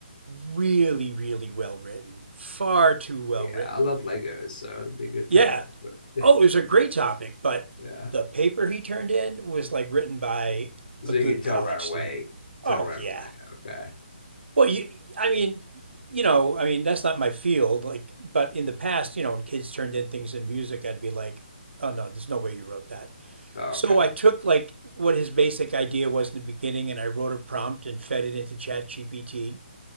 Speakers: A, on the right; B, on the left.
A: really, really well written. Far too well
B: Yeah,
A: written.
B: I love Legos, so it'd be a good
A: Yeah.
B: topic. But <laughs>
A: Oh, it was a great topic, but
B: yeah,
A: the paper he turned in was like written by
B: so
A: a
B: you
A: good
B: can tell
A: college
B: right away.
A: student.
B: Tell
A: Oh,
B: right
A: yeah.
B: away. Okay.
A: Well, you, I mean, you know, I mean, that's not my field. Like, but in the past, you know, when kids turned in things in music, I'd be like, oh no, there's no way you wrote that.
B: Okay.
A: So I took like what his basic idea was in the beginning and I wrote a prompt and fed it into ChatGPT.